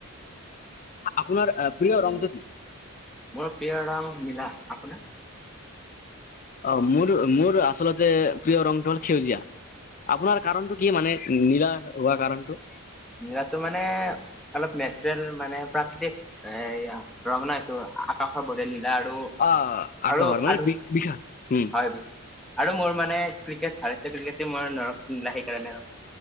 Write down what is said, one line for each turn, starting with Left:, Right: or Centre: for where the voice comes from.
Left: আপোনাৰ প্ৰিয়
Centre: আৰু
Left: ৰংটো কি
Centre: মোৰ প্ৰিয় ৰং নীলা আপোনাৰ
Left: অ মোৰ মোৰ আচলতে প্ৰিয় ৰংটো হ'ল সেউজীয়া আপোনাৰ কাৰণতটো কি মানে নীলা হোৱাৰ কাৰণটো
Centre: নীলাতো মানে অলপ নেচাৰেল মানে প্ৰাকৃতিক এ ৰঙনা এইটো আকাশৰ দৰে নীলা আৰু
Left: অ আকাশৰ
Centre: আৰু
Left: মানে
Centre: আৰু
Left: বিগ বিশাল উম
Centre: <unintelligible> আৰু মোৰ মানে ক্ৰিকেট ভাৰতীয় ক্ৰিকেট মোৰ নৰ নীলা সেইকাৰণে ক